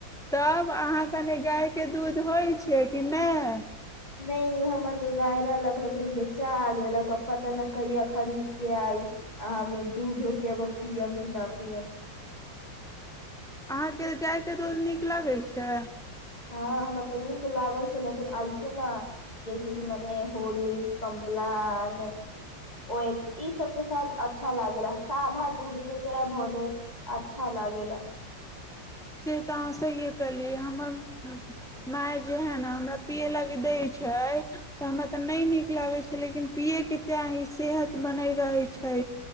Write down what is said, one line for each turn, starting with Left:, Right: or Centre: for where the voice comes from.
Centre: तब अहाँ के ने जाय के दूध होइ छै कि नहि हँ
Left: नहि हमर तऽ गाय रहलक लेकिन बेचा आ गेलक आ पता ने कहिया खरीद के आई आ हम दू धो केब पियब कि नहि पियब
Centre: अहाँके जाायके दूध नीक लगैत छै
Left: हँ हमरा तऽ नीक लागल छै लेकिन ऐसे ने जैस किी मने होॉर्लिकस कम्पलान ओ ई सबके साथ अच्छा लागेला सधा दूध के केरा भऽले अच्छा लागेेला
Centre: से तऽ अहाँ सहिए कहलीै हमर माय जे हइ ने हमरा पियै लाग दैत छै तऽ हमरा तऽ नहि नीक लागैत छै लेकिन पियैके चाह सेहत बन रहैत छै